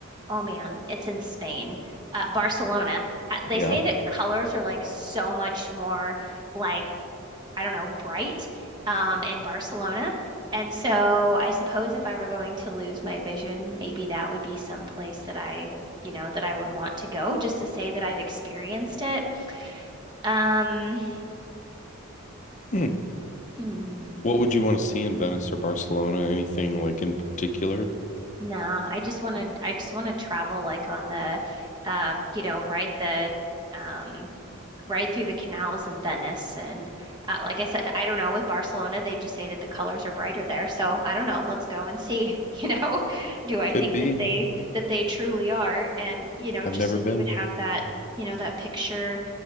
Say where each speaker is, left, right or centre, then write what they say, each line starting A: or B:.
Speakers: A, on the right; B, on the left.
A: oh man, it's in Spain. Uh, Barcelona. Uh, They
B: Yeah.
A: say that colors are like so much more like I don't know, bright um, in Barcelona. And so I suppose if I were going to lose my vision, maybe that would be some place that I, you know, that I would want to go just to say that I've experienced it. Um,
B: Hmm.
A: hmm,
B: What would you want to see in Venice or Barcelona? Anything like in particular?
A: nah, I just want to, I just want to travel like on the, uh, you know, ride the, um, right through the canals of Venice. And uh, like I said, I don't know with Barcelona, they just say that the colors are brighter there. So I don't know. Let's go and see. <laughs> You know, do I
B: Could
A: think
B: be.
A: that they that they truly are? And you know,
B: I've
A: just
B: never
A: so you
B: been.
A: could have that, you know, that picture,